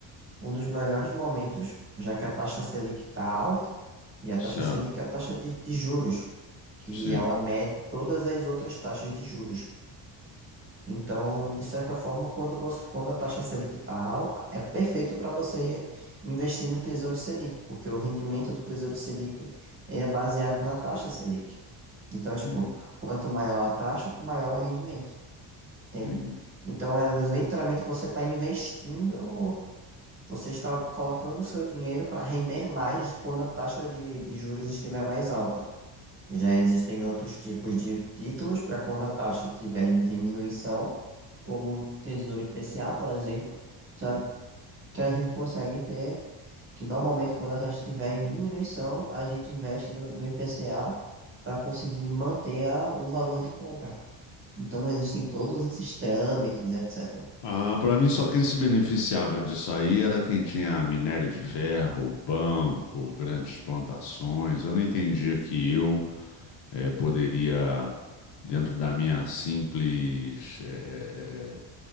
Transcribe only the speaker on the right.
um dos melhores momentos, já que a taxa Selic está alta e a
taxa Selic é a taxa de, de juros, que
ela mede todas as outras taxas de juros. Então, de certa forma, quando você, quando a taxa Selic está alta, é perfeito para você investir no Tesouro Selic, porque o rendimento do Tesouro Selic ele é baseado na taxa Selic. Então, tipo,
quanto maior a taxa, maior o rendimento, entende?
Então, é literalmente você está investindo, você está colocando o seu dinheiro para render mais quando a taxa de, de juros estiver mais alta. Já existem outros tipos de títulos para quando a taxa estiver em diminuição, como o Tesouro IPCA, por exemplo, sabe? Que a gente consegue ter, que normalmente quando a taxa estiver em diminuição, a gente investe no, no IPCA para conseguir manter a- o valor de compra. Então existem todos esses trâmites, etc.